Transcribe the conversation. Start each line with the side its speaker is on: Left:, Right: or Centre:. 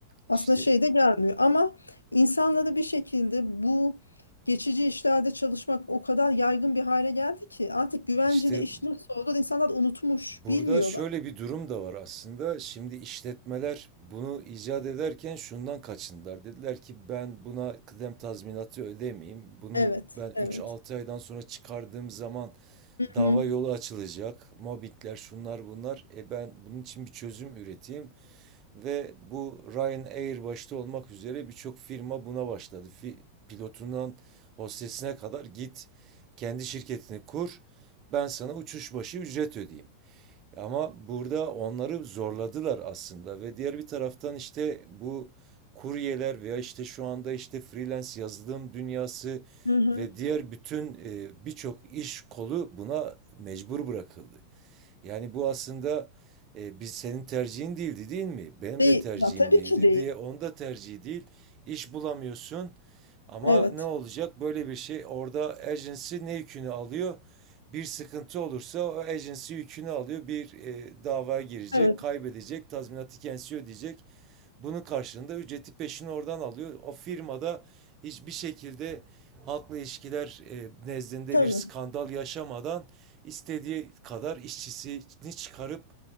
Right: İşte
Left: Aslında şey de gelmiyor ama insanları bir şekilde bu geçici işlerde çalışmak o kadar yaygın bir hale geldi ki artık güvenceli
Right: işte
Left: iş nasıl olur insanlar unutmuş,
Right: burada
Left: bilmiyorlar.
Right: şöyle bir durum da var aslında. Şimdi işletmeler bunu icat ederken şundan kaçındılar. Dediler ki ben buna kıdem tazminatı ödemeyeyim. Bunu
Left: Evet,
Right: ben üç
Left: evet.
Right: altı aydan sonra çıkardığım zaman
Left: Hı
Right: dava
Left: hı,
Right: yolu açılacak. Mobbingler şunlar bunlar. E ben bunun için bir çözüm üreteyim. Ve bu Ryanair başta olmak üzere birçok firma buna başladı. Fi- Pilotundan hostesine kadar git kendi şirketini kur. Ben sana uçuş başı ücret ödeyeyim. Ama burada onları zorladılar aslında ve diğer bir taraftan işte bu kuryeler veya işte şu anda işte freelance yazılım dünyası
Left: hı hı.
Right: ve diğer bütün e, birçok iş kolu buna mecbur bırakıldı. Yani bu aslında e, biz senin tercihin değildi değil mi? Benim
Left: Değil,
Right: de tercihim
Left: ya tabii
Right: değildi
Left: ki değil.
Right: diye onda tercih değil. İş bulamıyorsun. Ama
Left: Evet,
Right: ne olacak? Böyle bir şey orada agency ne yükünü alıyor? Bir sıkıntı olursa o agency yükünü alıyor. Bir e, davaya girecek,
Left: evet,
Right: kaybedecek, tazminatı kendisi ödeyecek. Bunun karşılığında ücreti peşin oradan alıyor. O firmada hiçbir şekilde halkla ilişkiler e, nezdinde
Left: tabii.
Right: bir skandal yaşamadan istediği kadar işçisini çıkarıp